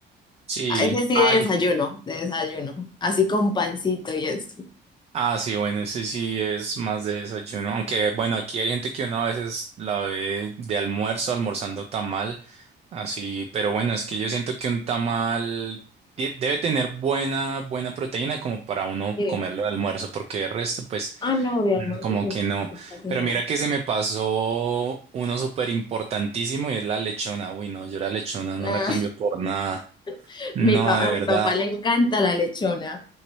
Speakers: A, on the right; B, on the left.
A: Sí,
B: Ah, Ese sí
A: ay.
B: de desayuno, de desayuno. Así con pancito y esto.
A: Ah, sí, bueno, ese sí es más de desayuno. Aunque, bueno, aquí hay gente que uno a veces la ve de almuerzo, almorzando tamal, así, pero bueno, es que yo siento que un tamal de- debe tener buena, buena proteína como para uno
B: Sí.
A: comerlo de almuerzo, porque el resto, pues.
B: Ah, no, de almuerzo,
A: Mm, Como
B: pues
A: que no.
B: casi
A: Pero
B: no.
A: mira que se me pasó uno súper importantísimo y es la lechona. Uy, no, yo la lechona no
B: Ah,
A: la cambio por nada.
B: <laughs>
A: No,
B: mi pa-
A: de
B: a
A: verdad.
B: mi papá le encanta la lechona.